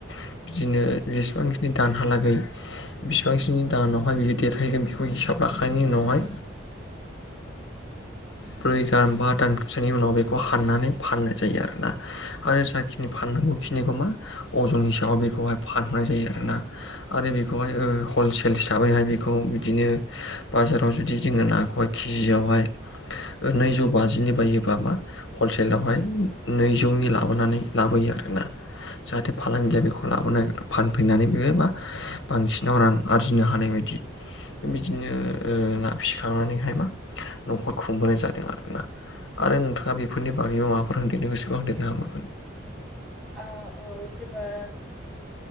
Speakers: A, on the left; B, in the centre.
A: बे बिदिनो जेसेबांखिनि दानहालागै बिसिबांखिनि दानावहाय बिदि देरहैगोन बेखौ हिसाबै लाखानायनि उनावहाय ब्रै दान बा दानसोनि उनाव बेखौ हाननानै फाननाय जायो आरोना आरो जाखिनि फान नांगौ खिनिखौ मा अजन हिसाबै बेखौहाय फानहरनाय जायो आरोना आरो बेखौहाय हलसेल हिसाबैहाय बेखौ बिदिनो बाजाराव जुदि जोंङो नाखौहाय केजियावहाय नैजौ बाजिनि बायोबा मा हलसेलावहाय नैजौनि लाबोनानै लाबो आरोना जाहाथे फालांगिया बेखौ लाबोनो फानफैनानै बियो बा बांसिनाव रां आरजिनो हानाय बायदि बिदिनो ओ ना फिसिखांनानैहाय मा नखर खुंबोनाय जादों आरोना आरो नोंथाङा बेफोरनि बागैबो माबाफोर होनन्देरनो गोसोबा होनदेरनो हाबगोन
B: आ औ जोङो